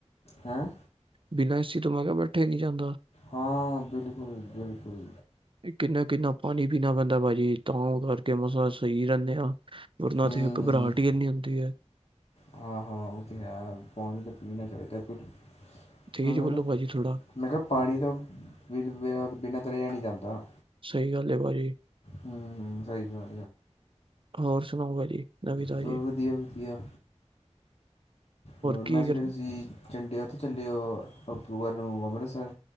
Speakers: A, on the left; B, on the right.
A: ਹੈਂ?
B: ਬਿਨਾਂ ਏਸੀ ਤੋਂ ਮੈਂ ਕਿਆ ਬੈਠਾ ਈ ਨੀ ਜਾਂਦਾ।
A: ਹਾਂ, ਬਿਲਕੁਲ-ਬਿਲਕੁਲ।
B: ਕਿੰਨਾ-ਕਿੰਨਾ ਪਾਣੀ ਪੀਣਾ ਪੈਂਦਾ ਭਾਜੀ ਤਾਂ ਕਰਕੇ ਮਸਾ ਸਹੀ ਰੈਣੇ ਆਂ। ਵਰਨਾ
A: ਹੂੰ
B: ਤੇ ਘਬਰਾਟ
A: ਹੂੰ
B: ਈ ਏਨੀ ਹੁੰਦੀ ਏ।
A: ਹਾਂ ਹਾਂ, ਓਹ ਤੇ ਹੈ। ਪਾਣੀ ਤੇ ਪੀਣਾ ਚਾਈਦੈ ਭੂਰੂਫ।
B: ਤੇਜ਼
A: ਮਤਲਬ
B: ਬੋਲੋ
A: ਨਾ
B: ਭਾਜੀ ਥੋੜਾ
A: ਮੈਂ ਕਿਆ ਪਾਣੀ ਤਾਂ ਬਿਲ ਬੇਨਾ ਬਿਨਾਂ ਤੋ ਰਿਆ ਨੀ ਜਾਂਦਾ।
B: ਸਹੀ ਗੱਲ ਏ ਭਾਜੀ।
A: ਹੂੰ ਹੂੰ, ਸਹੀ ਗੱਲ
B: ਹੋਰ ਸੁਣਾਓ ਭਾਜੀ? ਨਵੀਂ ਤਾਜੀ
A: ਚਲੋ ਵਧੀਆ ਵਧੀਆ, ਹੋਰ
B: ਕੀ
A: ਮੈਂ ਸੁਣਿਆ
B: ਕਰ
A: ਤੁਸੀਂ ਚੰਡੀ ਓਥੇ ਚੱਲੇ ਓ ਅਕਤੂਬਰ ਨੂੰ ਅੰਮ੍ਰਿਤਸਰ।